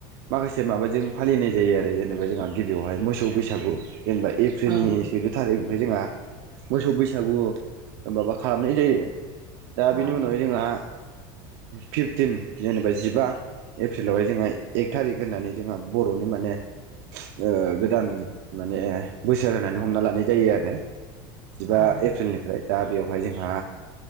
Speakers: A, on the right (about 70°); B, on the right (about 40°).
A: माखासे माबाजों फालिनाय जायो आरो जेनेबा जोंहा गिबियावहाय मोसौ बैसागु जेनेबा एप्रिलनि
B: ओं
A: सैद' थारिख ओमफ्राय जोंहा मोसौ बैसागु माबा खालामनाय जायो दा बिनि
B: ओं
A: उनावहाय जोंहा फिफटिन जेनेबा जिबा एप्रिलावहाय जोंहा एक थारिख होननानै जोंहा बर'नि माने ओ गोदान माने बोसोर होनानै हमना लानाय जायो आरो जिबा
B: ओं
A: एप्रिलनिफ्राय दा बेवहाय जोंहा